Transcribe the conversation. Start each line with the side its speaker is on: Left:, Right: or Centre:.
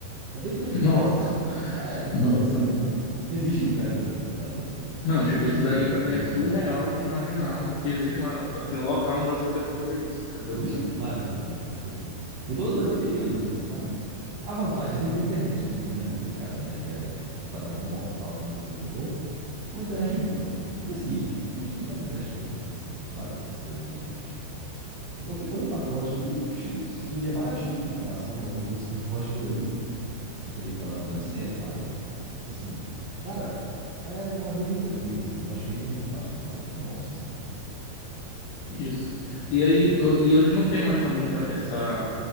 Right: É bem tranquilo,
Left: <laughs> Nossa.
Right: assim, sabe? É bem,
Left: Nossa.
Right: bem assim. Existem lugares assim no Brasil, assim.
Left: Não,
Right: Principalmente
Left: tipo, isso
Right: assim,
Left: daí
Right: no
Left: pra
Right: interior
Left: mim é surreal
Right: de Minas.
Left: de imaginar um, que existe uma, assim, um local no Brasil que dê pra fazer isso, entendeu?
Right: Existem vários, vários, vários, assim. Eu tô numa cidade bem pequena mesmo, assim, sabe? A vantagem, você tem que ter internet, no meu, no meu caso, né? Que, é, que eu trabalho home office e tal, como desenvolvedor. Uma internet boa. E assim, a gente tem várias internet boas aqui, assim, várias empresas de internet. Então você põe um pacote ali, X, e é baratinho em comparação com alguns outros <laughs> pacotes por aí, que você teria que morar no grande centro e tal. Assim, cara, é uma- bem, bem tranquilo, assim. Eu acho bem, bem fantástico essa parte do home office, assim.
Left: Isso. E aí, o- e hoje não tem mais também tan- essa,